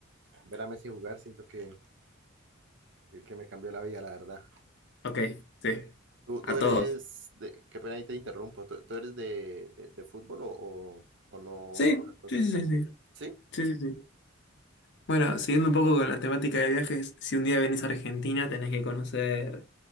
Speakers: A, on the right; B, on the left.
A: ver a Messi jugar, siento que, que, que me cambió la vida, la verdad.
B: Ok, sí.
A: ¿Tú, tú
B: A
A: eres
B: todos.
A: de, qué pena ahí te interrumpo, ¿tú, tú eres de, de, de fútbol o, o, o no
B: Sí,
A: estás tan
B: sí,
A: cercano?
B: sí, sí.
A: ¿Sí?
B: Sí, sí, sí. sí. Bueno, siguiendo un poco con la temática de viajes, si un día venís a Argentina tenés que conocer